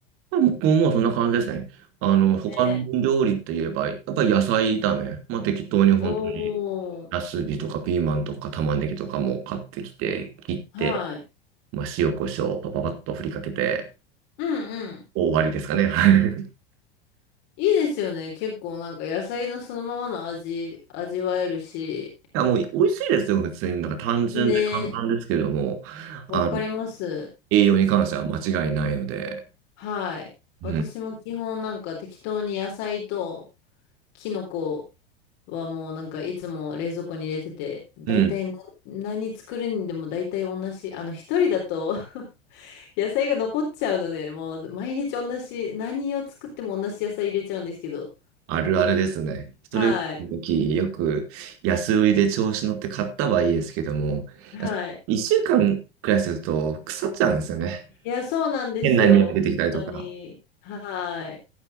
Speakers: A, on the right (about 45°); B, on the left (about 50°).
A: <laughs> 僕ももうそんな感じですね。あの、
B: ね
A: 他の料理といえば、やっぱり野菜炒め。まあ適当に本当に、
B: おー。
A: ナスビとかピーマンとか玉ねぎとかも買ってきて、切って、
B: はい。
A: まあ塩コショウパパパッと振りかけて、
B: うんうん。
A: 終わりですかね。<laughs> はい。
B: いいですよね。結構なんか野菜のそのままの味、味わえるし。
A: <laughs> あ、もう美味しいですよ、普通に。なんか単純で簡単ですけども、
B: ねえ。
A: あの、
B: わかります。
A: 栄養に関しては間違いないので、
B: はい。
A: うん。
B: 私も基本なんか適当に野菜とキノコはもうなんかいつも冷蔵庫に入れてて、大体な何作るにでも大体同じ。
A: うん。
B: あの一人だと <laughs> 野菜が残っちゃうので、もう毎日同じ、何を作っても同じ野菜入れちゃうんですけど。
A: あるあるですね。それの時、
B: はい。
A: よく安売りで調子乗って買ったはいいですけども、
B: はい。
A: いや一週間くらいすると腐っちゃうんですよね。
B: いや、そうなんですよ。
A: 変な匂い出てきたりとか。
B: 本当に。は